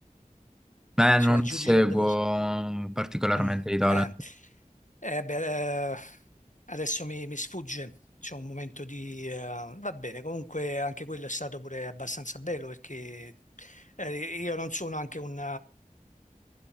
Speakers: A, in the centre; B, on the left (about 60°).
A: Eh,
B: faceva
A: non
B: il giudice
A: seguo
B: a The Voice.
A: particolarmente
B: Mm,
A: i talent.
B: eh, eh, beh, eh, adesso mi, mi sfugge, c'è un momento di... eh, va bene, comunque anche quello è stato pure abbastanza bello perché eh, io non sono anche un,